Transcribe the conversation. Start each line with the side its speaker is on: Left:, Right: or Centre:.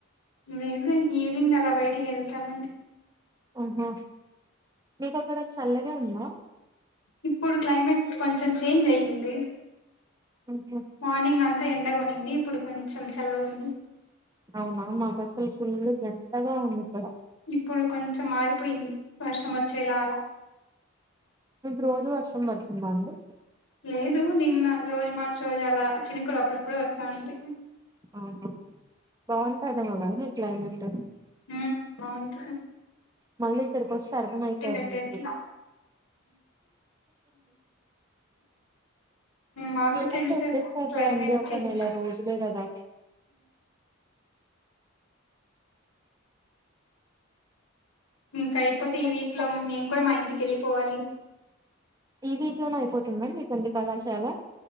Left: లేదులే ఈవినింగ్ అలా బయటికి వెళ్తామండి
Right: ఆహా మీకు అక్కడ చల్లగా ఉందా
Left: ఇప్పుడు క్లైమేట్ కొంచెం చేంజ్ అయ్యింది
Right: ఆహా,
Left: మార్నింగ్ అంతా ఎండగా ఉన్నింది ఇప్పుడు కొంచెం చల్లగా ఉంది
Right: అవునా మాకసల్ ఫుల్లు ఎండగా ఉందిక్కడ
Left: ఇప్పుడు కొంచెం మారిపోయింది వర్షం వచ్చేలా అలా
Right: రోజు వర్షం పడుతుందా అండి
Left: లేదు నిన్న రోజు మార్చి రోజు అలా చినుకులు అప్పుడప్పుడు పడుతాంటే
Right: ఆహా బాగుంట దేమోగా మీ క్లైమేట్
Left: మ్మ్ బావుంట్
Right: మళ్ళీ ఇక్కడికొస్తే అర్థమైతాది
Left: దగ్గరికి
Right: మీకు
Left: మాకు
Right: ఇక ఏమంటే
Left: తెలుసు
Right: వచ్చేస్తారు
Left: క్లైమేట్
Right: లే అండి ఒక
Left: చేంజ్
Right: నెల రోజులే గదా
Left: ఇంకైపోతే
Right: ఏదన్నా
Left: ఈ వీక్
Right: చెప్
Left: లో మేము కూడా మా ఇంటికెళ్ళిపోవాలి
Right: ఈ వీక్లోనే అయిపోతుందండి కొంది కళాశాల